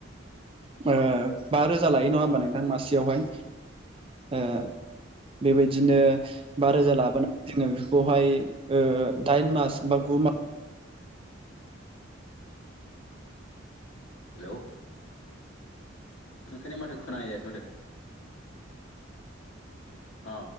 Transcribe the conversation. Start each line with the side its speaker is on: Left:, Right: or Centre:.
Right: ओ बा रोजा लाय <unintelligible> नङा होमबा नोंथां मासेयावहाय ओ बेबायदिनो बा <unintelligible> बेखौहाय ओ दाइन मास बा गु मा
Left: हेलौ नोंथांनि माथोखो खोनानाय जायासै माथो? अ